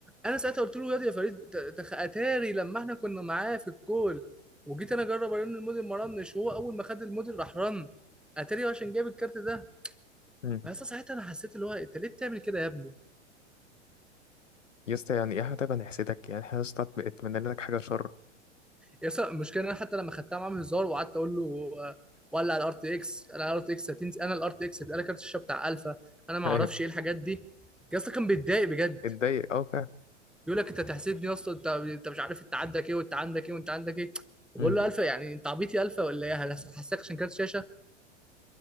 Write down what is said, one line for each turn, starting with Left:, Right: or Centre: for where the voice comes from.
Centre: انا ساعتها قلت له ياض يا فريد ت- تخ اتاري لما احنا كنا معاه في الكول وجيت انا اجرب ارن الموديل ما رنش وهو اول ما خد الموديل راح رن اتاري عشان جاب الكارت ده
Left: مم.
Centre: بس ساعتها انا حسيت اللي هو انت ليه بتعمل كده يا ابني
Left: يا اسطى يعني ايه طيب هنحسدك يعني احنا يا اسطى أتم- اتمنى لك حاجه شر
Centre: يس المشكله إن انا حتى لما خدتها معاه هزار وقعدت اقول له آه، ولا على الار تي اكس انا على الار تي اكس هتنزل انا الار تي اكس هيبقى لك كارت الشاشه بتاع الفا انا ما
Left: <laughs> ايوه
Centre: اعرفش ايه الحاجات دي يا اسطى كان بيتضايق بجد
Left: اتضايق اه فعلا
Centre: بيقول لك انت تحسدني يا اسطى انت انت مش عارف انت عندك ايه وانت عندك ايه وانت عندك ايه بقول
Left: مم.
Centre: له الفا يعني انت عبيط يا الفا ولا ايه أنا هحسسك عشان كارت شاشه